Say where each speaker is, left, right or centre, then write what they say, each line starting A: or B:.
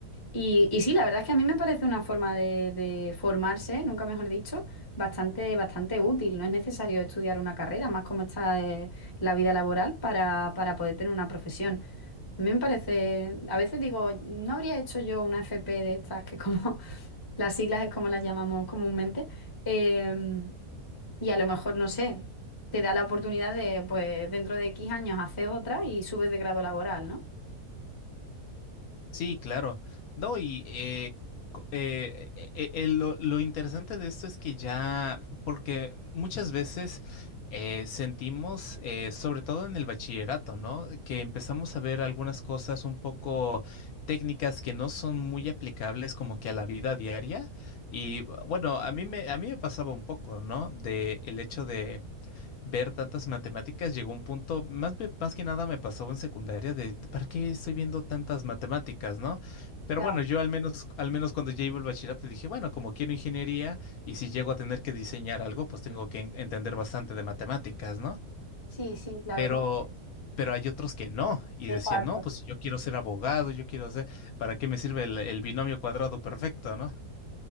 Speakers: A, on the left (about 25°); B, on the left (about 70°).
A: Y, y sí, la verdad es que a mí me parece una forma de, de formarse, nunca mejor dicho, bastante, bastante útil. No es necesario estudiar una carrera, más como está eh, la vida laboral para, para poder tener una profesión. A mí me parece, a veces digo, no habría hecho yo una FP de estas, que como <laughs> las siglas es como las llamamos comúnmente. Em, y a lo mejor, no sé, te da la oportunidad de, pues, dentro de X años hacer otra y subes de grado laboral, ¿no?
B: Sí, claro. No, y eh, co- eh, eh, eh, eh, lo, lo interesante de esto es que ya, porque muchas veces eh, sentimos, eh, sobre todo en el bachillerato, ¿no? Que empezamos a ver algunas cosas un poco técnicas que no son muy aplicables como que a la vida diaria. Y bueno, a mí me, a mí me pasaba un poco, ¿no? De el hecho ver tantas matemáticas, llegó un punto, más, be- más que nada me pasó en secundaria de, ¿para qué estoy viendo tantas matemáticas, no? Pero
A: Claro,
B: bueno, yo al menos, al menos cuando ya iba al bachillerato dije, bueno, como quiero ingeniería y si llego a tener que diseñar algo, pues tengo que en- entender bastante de matemáticas, ¿no?
A: sí, sí, claro,
B: Pero,
A: pero-
B: pero hay otros que no y
A: exacto.
B: decían, no, pues si yo quiero ser abogado, yo quiero ser, ¿para qué me sirve el, el binomio cuadrado perfecto, no?